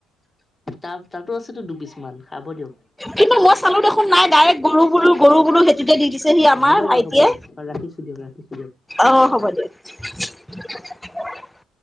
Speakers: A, on the left; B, in the centre.
A: তাৰ তাতো আছেতো দুপিছ মান খাব দিয়ক
B: কিন্তু মই চালো দেখোন ডাইৰেক্ট গৰু গৰু সৰু গৰু সেটোতে দি দিছে সি আমাৰ
A: হ'ব দিয়ক
B: ভাইটিয়ে
A: হ'ব দিয়ক ৰাখিছো দিয়ক ৰাখিছো দিয়ক
B: অ হ'ব দেিয়